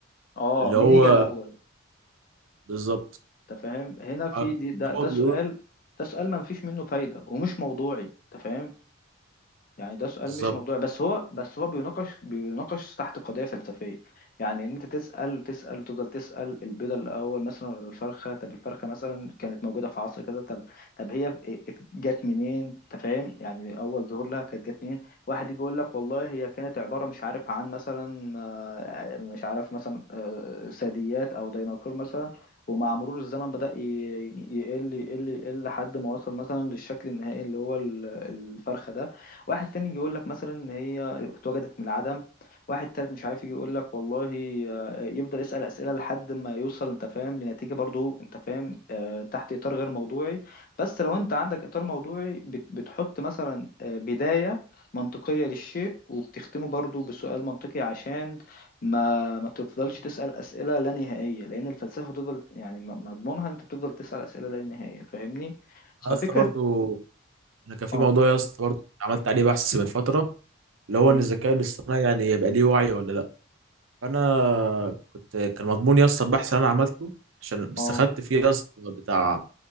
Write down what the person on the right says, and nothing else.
اللي
هو
بالظبط
آه،
هو بيقول
بالظبط
انا
اسطى برضو انا كان في
موضوع يا اسطى برضو عملت عليه بحث من فتره اللي هو
ان الذكاء الاصطناعي يعني يبقى ليه وعي ولا لا فانا كنت كان مضمون يا اسطى البحث اللي انا عملته عشان بس
خدت فيه يا اسطى بتاع